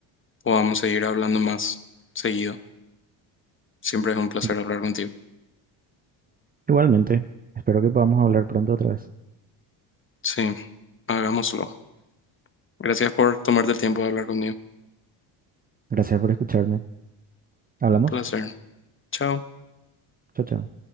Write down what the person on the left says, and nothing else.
podamos seguir hablando más seguido. Siempre es un placer
hablar contigo.
Sí, hagámoslo. Gracias por tomarte el tiempo de hablar conmigo.
Un placer. Chao.